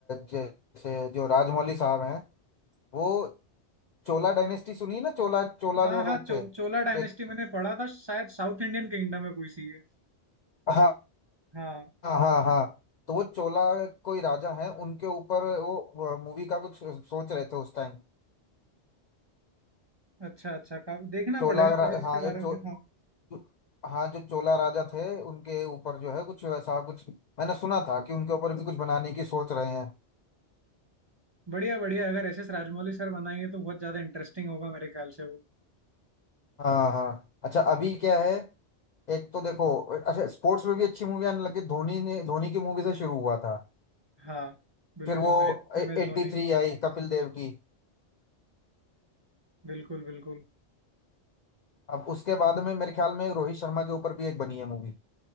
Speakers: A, on the left (about 60°); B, on the right (about 30°).
A: जैसे जो राजमौली साहब हैं वो चोला डायनेस्टी सुनी है ना चोला चोला
B: हाँ
A: जो
B: हाँ
A: लोग
B: चो,
A: थे
B: चोला डायनेस्टी
A: एक
B: मैंने पढ़ा था शायद साउथ इंडियन किंगडम है कोई सी है
A: हाँ
B: हाँ
A: हाँ हाँ हाँ तो वो चोला कोई राजा है उनके ऊपर वो मूवी का कुछ सोच रहे थे उस टाइम
B: अच्छा अच्छा का देखना
A: चोला
B: पड़ेगा
A: रा-
B: मुझे इसके
A: हाँ
B: बारे
A: जो चो
B: में हाँ
A: जो- हाँ जो चोला राजा थे उनके ऊपर जो है कुछ वैसा कुछ मैंने सुना था कि उनके ऊपर भी कुछ बनाने की सोच रहे हैं
B: बढ़िया बढ़िया अगर एस एस राजमौली सर बनाएंगे तो बहुत ज्यादा इंटरेस्टिंग होगा मेरे ख्याल से वो
A: हाँ हाँ अच्छा अभी क्या है एक तो देखो अच्छा स्पोर्ट्स में भी अच्छी मूवी आने लगी धोनी ने धोनी की मूवी से शुरू हुआ था
B: हाँ बिल्कुल
A: फिर वो
B: मैं M
A: एट्टी
B: S Dhoni
A: थ्री आई कपिल देव की
B: बिल्कुल बिल्कुल
A: अब उसके बाद में मेरे ख्याल में रोहित शर्मा के ऊपर भी एक बनी है मूवी